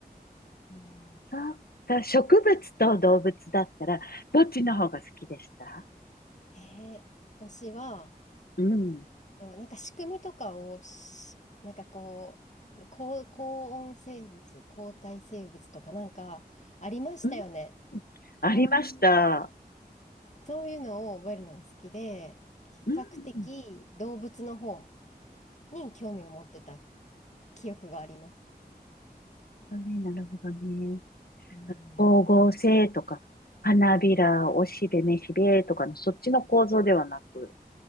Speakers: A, on the left; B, on the left.
A: うん
B: そっか。植物と動物だったら、どっちの方が好きでした
A: えー、私は、
B: うん。
A: と、なんか仕組みとかをし、なんかこう、高、高温生物、高体生物とかなんかありましたよね。
B: うん。ありました。
A: そういう、そういうのを覚えるのが好きで、比較的動物の方
B: うん。
A: に興味を持ってた記憶があります。
B: なるほどね、なるほどね。
A: うん。
B: 光合成とか、花びら、おしべ、めしべとかの、そっちの構造ではなく、